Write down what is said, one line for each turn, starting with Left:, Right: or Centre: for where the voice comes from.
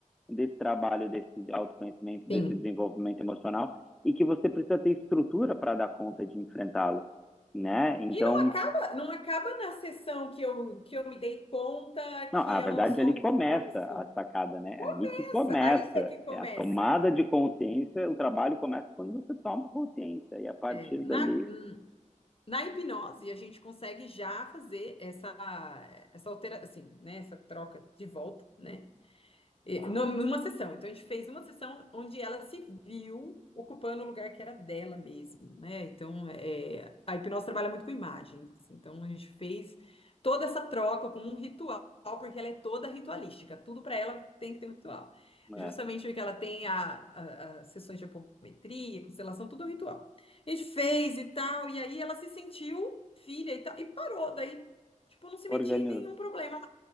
Centre: desse trabalho, desse autoconhecimento, desse
Left: sim.
Centre: desenvolvimento emocional e que você precisa ter estrutura para dar conta de enfrentá-lo, né? Então,
Left: E não acaba, não acaba na sessão que eu, que eu me dei conta
Centre: não,
Left: que
Centre: a
Left: eu
Centre: verdade
Left: não sou
Centre: é ali
Left: mais
Centre: começa
Left: da posição.
Centre: a sacada, né? É
Left: Começa,
Centre: ali que começa
Left: aí é que começa.
Centre: é a tomada de consciência, o trabalho começa quando você toma consciência e a partir
Left: É, na,
Centre: dali,
Left: na hipnose, a gente consegue já fazer essa, essa alteração, assim, né? Essa troca de volta, né? E- num- Numa sessão. Então, a gente fez uma sessão onde ela se viu ocupando o lugar que era dela mesmo, né? Então, é, a hipnose trabalha muito com imagens. Então, a gente fez toda essa troca como um ritual, porque ela é toda ritualística. Tudo para ela tem que ter um ritual.
Centre: é,
Left: Justamente
Centre: é,
Left: porque ela tem a, a- as sessões de apometria, constelação, tudo é um ritual. A gente fez e tal, e aí ela se sentiu filha e tal, e parou. Daí, tipo, não se
Centre: organiza.
Left: metia em nenhum problema.